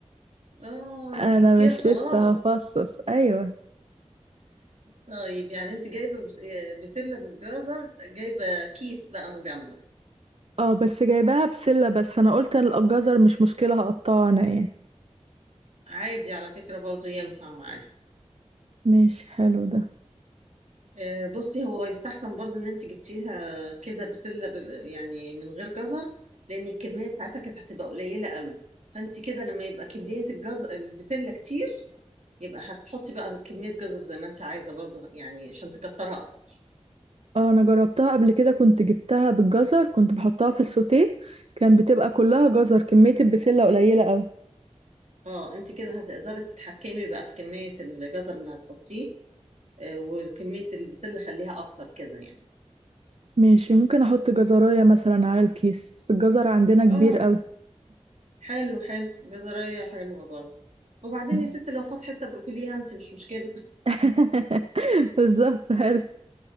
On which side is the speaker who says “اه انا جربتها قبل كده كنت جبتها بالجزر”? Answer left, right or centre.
Right